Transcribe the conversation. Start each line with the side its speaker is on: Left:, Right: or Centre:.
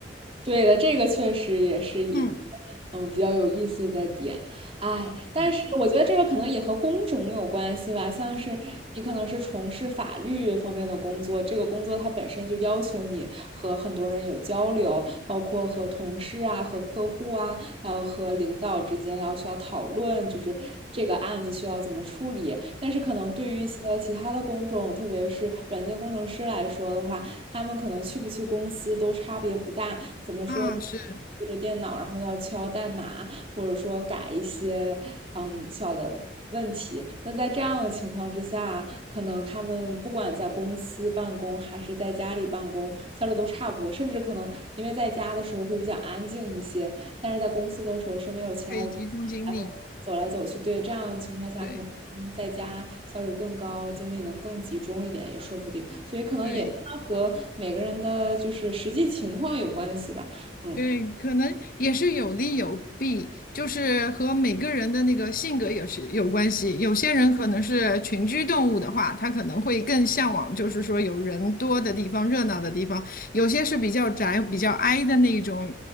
Right: 对的，这个确实也是一个
Left: <laughs> 嗯，
Right: 嗯比较有意思的点，哎，但是我觉得这个可能也和工种有关系吧，
Left: 对，
Right: 像是你可能是从事法律方面的工作，这个工作它本身就要求你和很多人有交流，包括和同事啊、和客户啊，还有和领导之间要需要讨论，就是这个案子需要怎么处理。但是可能对于一些其他的工种，特别是软件工程师来说的话，他们可能去不去公司都差别不大。怎么说？
Left: 啊，是
Right: 对着电脑，然后要敲代码，或者说改一些嗯小的问题。那在这样的情况之下，可能他们不管在公司办公还是在家里办公，效率都差不多，甚至可能因为在家的时候会比较安静一些，但是在公司的时候身边有其他的，
Left: 可以集中精力。
Right: 走来走去，对，这样的情况下可能嗯在家效率更高，
Left: 对
Right: 精力能更集中一点，也说不定。所以可能也和每个人的就是实际情况有关系吧。
Left: 对。
Right: 嗯，
Left: 对，可能也是有利有弊，就是和每个人的那个性格也是有关系。有些人可能是群居动物的话，他可能会更向往，就是说有人多的地方、热闹的地方；有些是比较宅、比较 i 的那一种